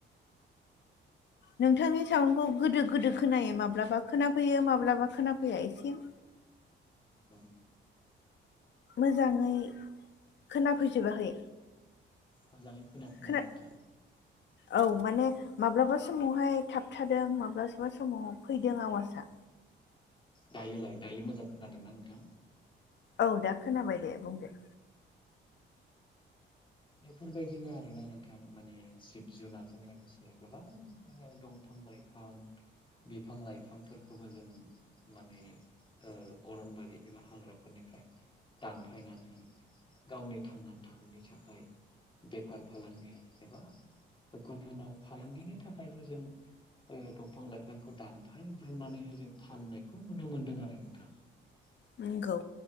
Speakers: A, on the left; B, on the left.
A: नोंथांनि
B: बेबायदिनो
A: साउन्डखौ गोदो गोदो
B: ओ
A: खोनायो माब्लाबा खोनाफैयो माब्लाबा खोनाफैया एसे
B: <unintelligible>
A: मोजाङै खोनाफैजोबाखै
B: मोजाङै खोनायाखै
A: खोना
B: नामा नोंथा
A: औ माने माब्लाबा समावहाय थाबथादों माब्लाबा समाव फैदों आवाजआ।
B: दायोलाय दायो मोजां खोनादों ना नोंथां?
A: औ दा खोनाबाय दे बुंदो।
B: बेफोरबादिनो आरोना नोंथां माने जिब-जुनारजों लोगोसे गोबां दंफां-लाइफां ओं बिफां बिफां-लाइफांफोरखौबो जों माने अरनबारि एबा हाग्राफोरनिफ्राय दानफायनानै गावनि थांनानै थानायनि थाखाय ओ बेफार फालांगि एबा गुबुनाव फालांगिनि थाखायबो जों ओ दंफां लाइफांखौ दानफायब्रुनानैहाय जों फाननायखौ नुनो मोन्दों आरो नोंथां <unintelligible>
A: नोंगौ।